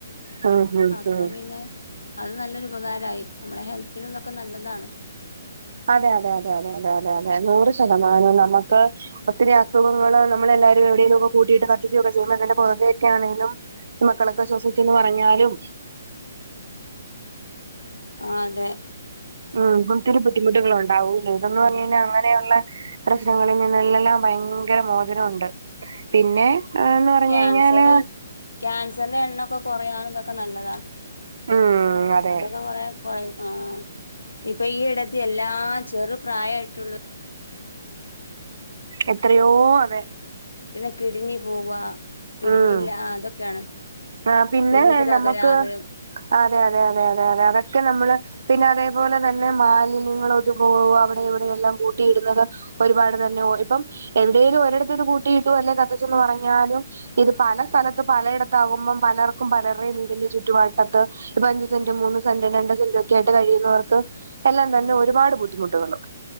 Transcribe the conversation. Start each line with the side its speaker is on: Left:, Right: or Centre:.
Right: ഉം ഉം ഉം
Left: അപ്പ
Right: ഉം
Left: പിന്നെ അത് നല്ലൊരു ഉപകാരമായി. നമ്മളെ ഹെൽത്തിനും ഇതിനൊക്കെ നല്ലതാണ്.
Right: അതെ അതെ അതെ അതെ അതെ അതെ അതെ നൂറ് ശതമാനോം നമുക്ക് ഒത്തിരി അസുഖങ്ങള് നമ്മളെല്ലാരും എവിടെയെങ്കിലും ഒക്കെ കൂട്ടിയിട്ട് കത്തിക്കൊക്കെ ചെയ്യുമ്പേ അതിന്റെ പൊകയൊക്കെ ആണേലും മക്കളൊക്കെ ശ്വസിച്ചന്ന് പറഞ്ഞാലും
Left: ആഹ് അതെ
Right: ഉം ഒത്തിരി ബുദ്ധിമുട്ടുകളുണ്ടാവൂലോ. ഇതന്നന്ന് പറഞ്ഞ്
Left: ഉം
Right: കഴിഞ്ഞാ അങ്ങ നെയുള്ള പ്രശ്നങ്ങളിൽ നിന്നെല്ലാം ഭയങ്കര മോചനം ഉണ്ട്. പിന്നെ
Left: അത്
Right: ആന്ന് പറഞ്ഞ്
Left: ക്യാൻസർ
Right: കഴിഞ്ഞാല്
Left: ക്യാൻസറിന്റെ എണ്ണൊക്കെ കുറയാൻ ഇതൊക്കെ നല്ലതാ.
Right: ഉം അതെ
Left: അതൊക്കെ കൊറേ കുറയും. ആഹ് ഇപ്പൊ ഈ ഇടത്തീ എല്ലാ ചെറു പ്രായമായിട്ടുള്ള
Right: എത്രയോ അതെ.
Left: പിന്നെ കിഡ്നി പോവാ കിഡ്നി
Right: ഉം
Left: ഇല്ല. അതൊക്കെയാണ്
Right: ആ പിന്നെ
Left: കിഡ്‌നിക്ക് തകരാറ്
Right: നമുക്ക് അതെ അതെ അതെ അതെ അതെ അതൊക്കെ നമ്മള് പിന്നെ അതേപോലെ തന്നെ മാലിന്യങ്ങളതുപോ അവിടേം ഇവിടെയെല്ലാം കൂട്ടിയിടുന്നത് ഒരുപാട് തന്നെ ഓഹ് ഇപ്പം എവിടേലും ഒരിടത്ത് ഇത് കൂട്ടിയിട്ടു അല്ലെ കത്തിച്ചന്ന് പറഞ്ഞാലും ഇത് പല സ്ഥലത്ത് പലയിടത്താകുമ്പം പലർക്കും പലരുടെയും വീടിന്റെ ചുറ്റുവട്ടത്ത് ഇപ്പ അഞ്ചുസെന്റും മൂന്ന് സെന്റും രണ്ട് സെന്റും ഒക്കെ ആയിട്ട് കഴിയുന്നവർക്ക് എല്ലാം തന്നെ
Left: ആഹ്
Right: ഒരുപാട് ബുദ്ധിമുട്ടുകള്